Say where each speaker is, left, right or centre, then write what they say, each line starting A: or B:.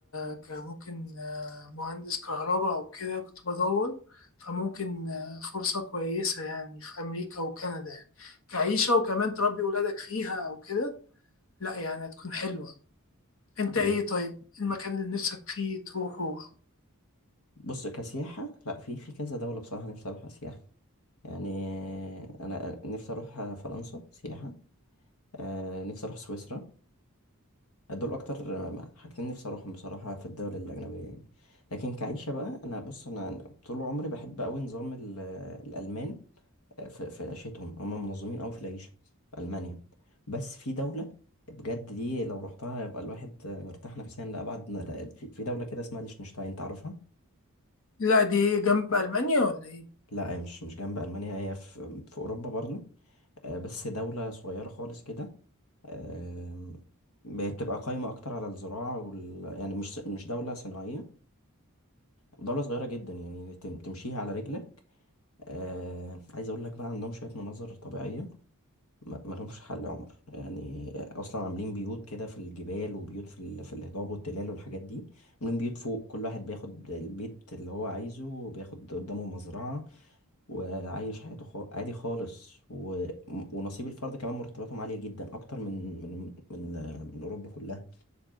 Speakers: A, on the left; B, on the left.
A: كممكن آه، مهندس كهرباء أو كده كنت بدور فممكن آه، فرصة كويسة يعني في أمريكا وكندا يعني. كعيشة وكمان تربي ولادك فيها أو كده لا يعني هتكون حلوة انت
B: مم.
A: ايه طيب المكان اللي نفسك فيه تروحه
B: بص كسياحة لأ في في كذا دولة بصراحة نفسي أروحها سياحة يعني أنا نفسي أروح فرنسا سياحة آه، نفسي أروح سويسرا دول أكتر آه، حاجتين نفسي أروحهم بصراحة في الدول الأجنبية يعني لكن كعيشة بقى أنا بص أنا طول عمري بحب أوي نظام ال- الألمان في في عيشتهم هم منظمين قوي في العيشة في ألمانيا بس في دولة بجد دي لو رحتها يبقى الواحد مرتاح نفسيا لأبعد ن- في في دولة كده اسمها ليechtenstein تعرفها؟
A: لا دي جنب المانيا ولا ايه
B: لا هي مش مش جنب ألمانيا هي في في أوروبا برضو آه، بس دولة صغيرة خالص كده آم، بتبقى قايمة أكتر على الزراعة وال... يعني مش مش دولة صناعية دولة صغيرة جدا يعني تم- تمشيها على رجلك آه... عايز أقول لك بقى عندهم شوية مناظر طبيعية ما ما لهمش حل يا عمر يعني اصلا عاملين بيوت كده في الجبال وبيوت في ال... في الهضاب والتلال والحاجات دي عاملين بيوت فوق كل واحد بياخد البيت اللي هو عايزه وبياخد قدامه مزرعة وعايش حياته خ... عادي خالص و... ونصيب الفرد كمان مرتباتهم عالية جدا اكتر من من من, من اوروبا كلها